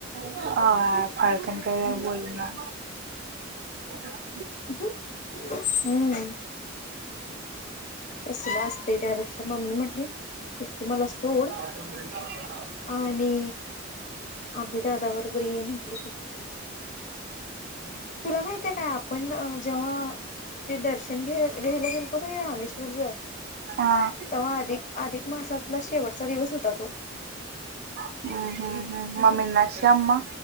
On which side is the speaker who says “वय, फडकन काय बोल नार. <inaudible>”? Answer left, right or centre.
Right